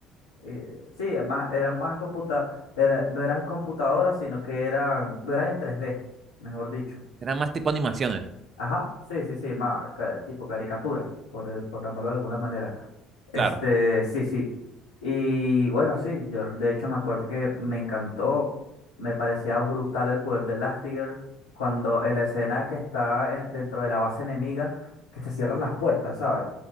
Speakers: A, on the left (about 80°); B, on the right (about 35°).
A: eh, sí, es más, eran más computa, era- no eran computadoras, sino que eran, no eran en tres d mejor dicho.
B: Eran más tipo animaciones,
A: Ajá, sí, sí, sí, ma- ca- tipo caricatura, por, eh, por llamarlo de alguna manera. Este,
B: claro.
A: sí, sí. Y bueno, sí, yo de hecho me acuerdo que me encantó, me parecía brutal el poder de Elastigirl cuando en la escena que está en- dentro de la base enemiga, que se cierran las puertas, ¿sabes?